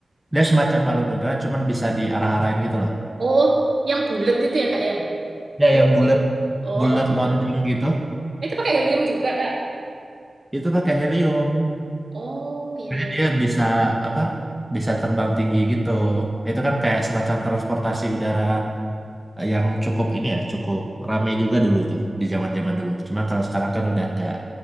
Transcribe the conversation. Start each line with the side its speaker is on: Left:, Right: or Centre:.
Centre: Dia semacam balon udara, cuman bisa diarah-arahin gitu loh.
Right: Oh, yang bulat itu ya Kak ya?
Centre: Ya,
Right: Iya
Centre: yang
Right: nggak
Centre: bulat,
Right: sih. Oh,
Centre: bulat
Right: oh,
Centre: lonjong
Right: oh.
Centre: gitu.
Right: itu pakai helium juga Kak.
Centre: Itu pakai helium.
Right: Oh, iya
Centre: Jadi
Right: iya
Centre: dia
Right: iya.
Centre: bisa apa? Bisa terbang tinggi gitu. Itu kan kayak semacam transportasi udara yang cukup ini ya, cukup rame juga dulu tuh di zaman-zaman dulu. Cuma kalau sekarang kan udah nggak